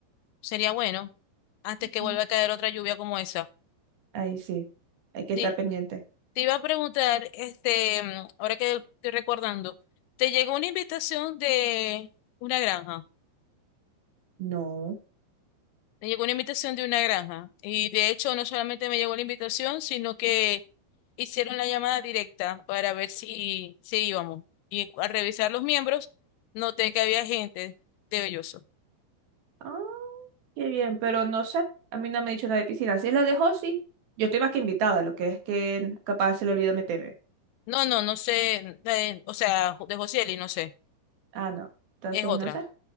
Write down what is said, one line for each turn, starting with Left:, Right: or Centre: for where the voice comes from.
Left: sería bueno antes
Right: Ujú.
Left: que vuelva a caer otra lluvia como esa.
Right: ahí sí, hay que
Left: Te,
Right: estar pendiente.
Left: te iba a preguntar, este, mm, ahora que estoy recordando, ¿te llegó una invitación de una granja?
Right: No.
Left: Me llegó una invitación de una granja y de hecho no solamente me llegó la invitación, sino que hicieron la llamada directa para ver si, si íbamos. Y al revisar los miembros, noté que había gente de Belloso.
Right: Ah, qué bien, pero no sé. A mí no me ha dicho nada de piscina. Si es la dejó, sí. Yo estoy más que invitada, lo que es que capaz se le olvidó meterme.
Left: No, no, no sé, eh, o sea, de Josieli, no sé,
Right: Ah, no. Entonces,
Left: es otra.
Right: no sé.